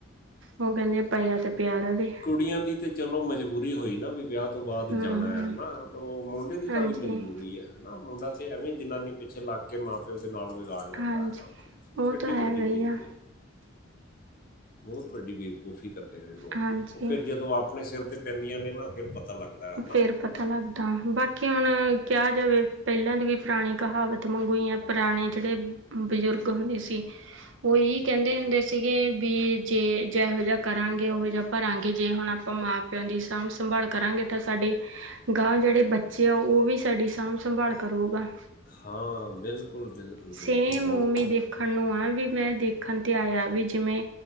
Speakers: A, on the right; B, on the left.
A: ਉਹ ਕਹਿੰਦੇ ਆ ਪਾਈਆ ਤੇ ਪਿਆ ਰਵੇ
B: ਕੁੜੀਆਂ ਦੀ ਤੇ ਚਲੋ ਮਜਬੂਰੀ ਹੋਈ ਨਾ ਵੀ ਵਿਆਹ ਉਸ ਤੋਂ ਬਾਅਦ
A: ਹੂੰ,
B: ਜਾਣਾ ਹਨਾ, ਉਹ ਮੁੰਡੇ ਦੀ ਕਾਹਦੀ
A: ਹਾਂਜੀ।
B: ਮਜਬੂਰੀ ਹੈ। ਨਾ ਮੁੰਡਾ ਤੇ ਐਵੇਂ ਜਨਾਨੀ ਪਿੱਛੇ ਲੱਗ ਕੇ ਮਾਂ ਪਿਓ ਦੇ ਨਾਲ ਵਿਗਾੜ ਲੈਂਦਾ
A: ਹਾਂਜੀ,
B: ਹੈਨਾ,
A: ਉਹ
B: ਕਿੱਡੀ
A: ਤਾਂ ਹੈਗਾ
B: ਵੱਡੀ
A: ਹੀ
B: ਬੇਬਕੂਹ
A: ਆ
B: ਬਹੁਤ ਵੱਡੀ ਬੇਵਕੂਫੀ ਕਰਦੇ ਰਹੇ ਲੋਕ,
A: ਹਾਂਜੀ।
B: ਉਹ ਫੇਰ ਜਦੋਂ ਆਪਣੇ ਸਿਰ ਤੇ ਪੈਂਦੀਆਂ ਨੇ ਨਾ ਫਿਰ ਪਤਾ ਲੱਗਦਾ ਹੈ ਹਨਾ।
A: ਫੇਰ ਪਤਾ ਲੱਗਦਾ, ਬਾਕੀ ਹੁਣ ਕਿਹਾ ਜਾਵੇ ਪਹਿਲਾਂ ਦੀ ਵੀ ਪੁਰਾਣੀ ਕਹਾਵਤ ਮੰਗੂਈ ਯਾ ਪੁਰਾਣੇ ਜਿਹੜੇ ਬਜ਼ੁਰਗ ਹੁੰਦੇ ਸੀ, ਉਹ ਇਹੀ ਕਹਿੰਦੇ ਹੁੰਦੇ ਸੀਗੇ, ਵੀ ਜੇ ਜੋ ਜਿਹਾ ਕਰਾਂਗੇ ਉਹੋ ਜਿਹਾ ਭਰਾਂਗੇ ਜੇ ਹੁਣ ਆਪਾਂ ਮਾਂ ਪਿਓ ਦੀ ਸਾਂਭ ਸੰਭਾਲ ਕਰਾਂਗੇ ਤਾਂ ਸਾਡੇ ਗਾਂ ਜਿਹੜੇ ਬੱਚੇ ਆ ਉਹ ਵੀ ਸਾਡੀ ਸਾਂਭ ਸੰਭਾਲ ਕਰੁੰਗਾ।
B: ਹਾਂ ਬਿਲਕੁਲ। ਬਿਲਕੁਲ, ਬਿਲਕੁਲ
A: ਸੇਮ
B: ਉਹ
A: ੳ ਵੀ
B: ਉਹ-
A: ਦੇਖਣ ਨੂੰ ਆ ਵੀ, ਮੈਂ ਦੇਖਣ ਤੇ ਆਇਆ ਵੀ ਜਿਵੇਂ